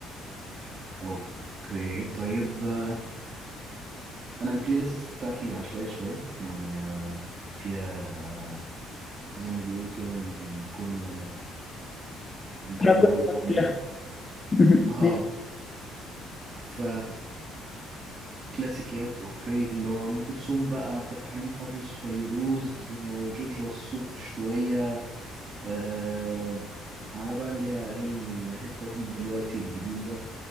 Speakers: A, on the right; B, on the left.
A: اوكي طيب آه، انا البلاي ليست بتاعتي عشوائيه شويه يعني آه، فيها آه، زي ما بيقولوا كده من كل من كل
B: رجل
A: موال
B: طويلة
A: اغنيه
B: <laughs>
A: اه ف كلاسيكيات اوكي اللي هو ام كلثوم بقى عبد الحليم حافظ فيروز آه، جورج وسوف شويه آه، على بقى اللي هي اغاني الهيب هوب دلوقتي الجديده